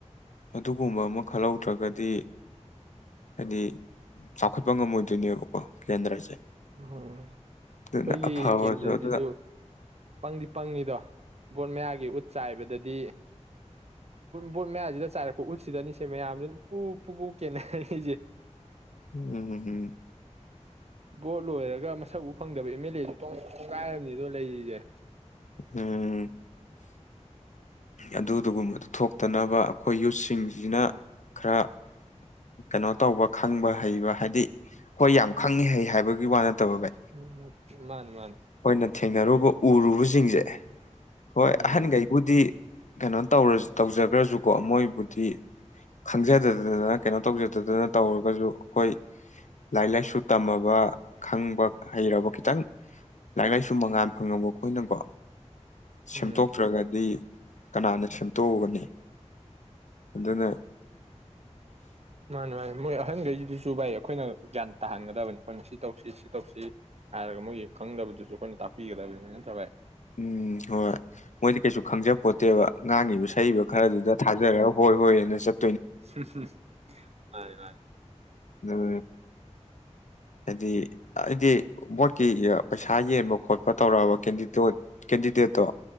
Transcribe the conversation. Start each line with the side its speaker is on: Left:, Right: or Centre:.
Left: ꯑꯗꯨꯒꯨꯝꯕ ꯑꯃ ꯈꯜꯍꯧꯗ꯭ꯔꯒꯗꯤ ꯍꯥꯏꯗꯤ ꯆꯥꯎꯈꯠꯄ ꯉꯝꯃꯣꯏꯗꯣꯏꯅꯦꯕꯀꯣ ꯀꯦꯟꯗ꯭ꯔꯁꯦ
Right: ꯎꯝ
Left: ꯑꯗꯨꯅ
Right: ꯑꯈꯣꯏꯒꯤ
Left: ꯑꯐꯕꯁꯨ
Right: ꯀꯦꯟꯗ꯭ꯔꯁꯤꯁꯨ
Left: ꯑꯗꯨꯅ
Right: ꯄꯪꯗꯤ ꯄꯪꯉꯤꯗꯣ ꯕꯣꯠ ꯃꯌꯥꯒꯤ ꯎꯠ ꯆꯥꯏꯕꯗꯗꯤ ꯕꯣꯠ ꯃꯌꯥꯁꯤꯗ ꯆꯥꯏꯔꯛꯄ ꯎꯠꯁꯤꯗꯅꯤꯁꯦ ꯃꯌꯥꯝꯁꯤꯅ ꯄꯨ ꯄꯨ ꯄꯨ ꯀꯦꯟꯅꯔꯅꯤꯁꯦ
Left: ꯎꯝ ꯎꯝ
Right: ꯚꯣꯠ ꯂꯣꯏꯔꯒ ꯃꯁꯛ ꯎ ꯐꯪꯗꯕ ꯑꯦꯝ ꯑꯦꯜ ꯑꯦ <unintelligible> ꯀꯣꯡꯒꯥꯏ ꯑꯝꯅꯤꯗꯣ ꯂꯩꯔꯤꯖꯦ
Left: ꯎꯝ ꯑꯗꯨꯗꯨꯒꯨꯝꯕꯗꯨ ꯊꯣꯛꯇꯅꯕ ꯑꯈꯣꯏ ꯌꯨꯠ ꯁꯤꯡꯖꯤꯅ
Right: ꯎꯝ
Left: ꯈꯔ ꯀꯩꯅꯣ ꯇꯧꯕ ꯈꯪꯕ ꯍꯩꯕ ꯍꯥꯏꯗꯤ ꯑꯈꯣꯏ ꯌꯥꯝ ꯈꯪꯉꯤ ꯍꯩ ꯍꯥꯏꯕꯒꯤ ꯋꯥ ꯅꯠꯇꯕ ꯚꯥꯏ
Right: ꯎꯝ ꯃꯥꯅꯦ ꯃꯥꯅꯦ
Left: ꯑꯩꯈꯣꯏꯅ ꯊꯦꯡꯅꯔꯨꯕ ꯎꯔꯨꯕꯁꯤꯡꯁꯦ ꯍꯣꯏ
Right: ꯎꯝ
Left: ꯑꯍꯟꯈꯩꯕꯨꯗꯤ ꯀꯩꯅꯣ ꯇꯧꯔ ꯇꯧꯖꯈ꯭ꯔꯁꯨꯀꯣ ꯃꯣꯏꯕꯨꯗꯤ ꯈꯪꯖꯗꯗꯗꯅ ꯀꯩꯅꯣ ꯇꯧꯖꯗꯗꯅ ꯇꯧꯔꯒꯁꯨ ꯑꯩꯈꯣꯏ ꯂꯥꯏꯔꯤꯛ ꯂꯥꯏꯁꯨ ꯇꯝꯃꯕ ꯈꯪꯕ ꯍꯩꯔꯕ ꯈꯤꯇꯪ ꯂꯥꯏꯔꯤꯛ ꯂꯥꯏꯁꯨ ꯃꯉꯥꯟ ꯐꯪꯉꯕ ꯑꯩꯈꯣꯏꯅꯀꯣ
Right: ꯎꯝ
Left: ꯁꯦꯝꯗꯣꯛꯇ꯭ꯔꯒꯗꯤ ꯀꯅꯥꯅ ꯁꯦꯝ ꯇꯣꯛꯕꯅꯤ ꯑꯗꯨꯅ
Right: ꯃꯥꯅꯤ ꯃꯥꯅꯤ ꯃꯣꯏ ꯑꯍꯟꯈꯩꯁꯤꯗꯨꯁꯨ ꯚꯥꯏ ꯑꯩꯈꯣꯏꯅ ꯒ꯭ꯌꯥꯟ ꯇꯥꯍꯟꯒꯗꯕꯅꯤ ꯑꯩꯈꯣꯏꯅ ꯁꯤ ꯇꯧꯁꯤ ꯁꯤ ꯇꯧꯁꯤ ꯍꯥꯏꯔꯒ ꯃꯣꯏꯒꯤ ꯈꯪꯗꯕꯗꯨꯁꯨ ꯑꯩꯈꯣꯏꯅ ꯇꯥꯛꯄꯤꯒꯗꯕꯅꯤ ꯅꯠꯇ꯭ꯔ ꯚꯥꯏ
Left: ꯎꯝ ꯍꯣꯏ ꯃꯣꯏꯗꯤ ꯀꯩꯁꯨ ꯈꯪꯖꯕ ꯄꯣꯠ ꯅꯠꯇꯦꯕ ꯉꯥꯡꯉꯤꯕ ꯁꯛꯏꯕ ꯈꯔꯗꯨꯗ ꯊꯥꯖꯔꯛ ꯍꯣꯏ ꯍꯣꯏ ꯑꯗꯨꯅ ꯆꯠꯦ
Right: ꯍꯝ ꯍ
Left: ꯑꯝ ꯍꯥꯏꯗꯤ ꯑꯩꯗꯤ ꯚꯣꯠꯀꯤ ꯄꯩꯁꯥ ꯌꯦꯟꯕ ꯈꯣꯠꯄ ꯇꯧꯔꯛꯑꯕ ꯀꯦꯟꯗꯤꯗꯠ ꯀꯦꯟꯗꯤꯗꯦꯠꯇꯣ